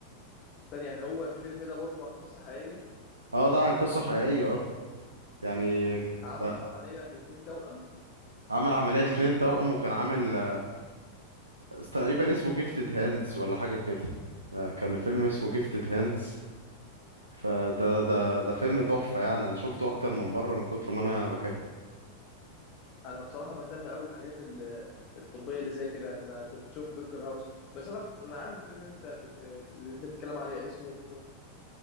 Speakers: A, on the left (about 35°); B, on the right (about 80°).
A: تاني يعني هو الفيلم ده برضو عن قصة حقيقية
B: اه ده عن قصة حقيقية اه يعني
A: عمل
B: ده
A: عملية الاتنين توأم
B: عمل عملية لاتنين توأم وكان عامل آه، تقريبا اسمه جيفتد هاندز ولا حاجة كده آه، كان فيلم اسمه جيفتد هاندز فده ده ده فيلم
A: آه،
B: تحفة يعني انا شفته اكتر من مرة من كتر ما انا بحبه
A: انا بصراحة بهتم قوي بالحاجات ال- الطبية اللي زي كده انا كنت شفت دكتور هاوس بس انا انا عارف الفيلم اللي انت كنت اللي انت بتتكلم عليه اسمه